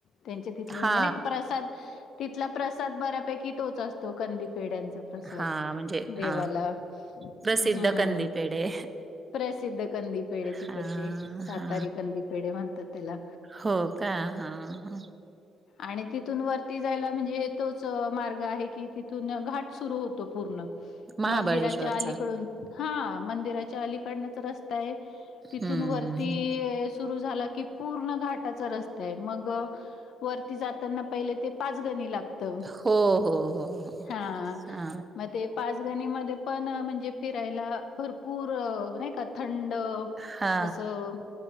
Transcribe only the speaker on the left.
त्यांचे तिथले
म्हणजे ना प्रसाद, तिथला प्रसाद बऱ्यापैकी तोच असतो कंदीपेढ्यांचा. प्रसाद
देवाला
हं...
प्रसिद्ध कंदी पेढे तिकडचे'
सातारी
कंदी पेढे' म्हणतात त्याला.
आणि तिथून वरती जायला म्हणजे तोच मार्ग आहे की, तिथून घाट सुरू होतो पूर्ण.
मंदिराच्या अलीकडून हा मंदिराच्या अलीकडनंच रस्ता आहे तिथून
वरती सुरू झाला की, पूर्ण घाटाचा रस्ता आहे मग. वरती जाताना पहिले ते पाच गणी लाग त
हा
मग ते पाचगणीमध्ये पण म्हणजे फिरायला भरपूर नाही का थंड
असं